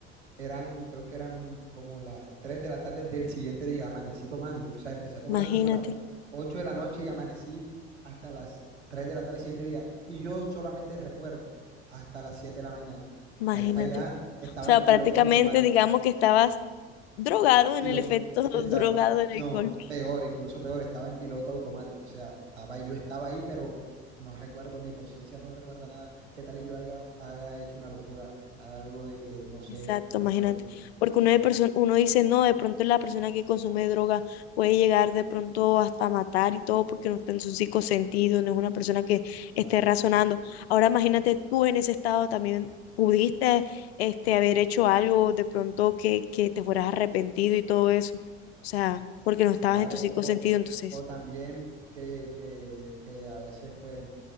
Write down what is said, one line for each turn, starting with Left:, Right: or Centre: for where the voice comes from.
Right: eran, creo que eran como las 3 de la tarde del siguiente día, amanecí tomando, o sea, empecé a tomar
Left: imagínate,
Right: como a las 8 de la noche y amanecí hasta las 3 de la tarde del siguiente día. Y yo solamente recuerdo hasta las 7 de la mañana.
Left: imagínate.
Right: De ahí para
Left: O
Right: allá estaba
Left: sea,
Right: en piloto
Left: prácticamente
Right: automático,
Left: digamos que estabas drogado en
Right: piloto,
Left: el efecto <laughs>
Right: estaba,
Left: drogado del
Right: no,
Left: alcohol.
Right: peor, incluso peor, estaba en piloto automático, o sea, estaba ahí, yo estaba ahí, pero no recuerdo, mi conciencia no recuerda nada. ¿Qué tal y yo haya, haga hecho una locura, algo de que no sé,
Left: Exacto,
Right: no
Left: imagínate.
Right: recuerde?
Left: Porque uno, de perso- uno dice, no, de pronto la persona que consume droga puede llegar de pronto hasta matar y todo porque no está en su cinco sentido, no es una persona que esté
Right: Claro.
Left: razonando. Ahora imagínate tú en ese estado también. pudiste este, haber hecho algo de pronto que, que te fueras arrepentido y todo eso. O sea, porque no estabas
Right: Claro,
Left: en tus
Right: o,
Left: cinco
Right: o,
Left: sentidos, entonces.
Right: o también que, que, que a veces pues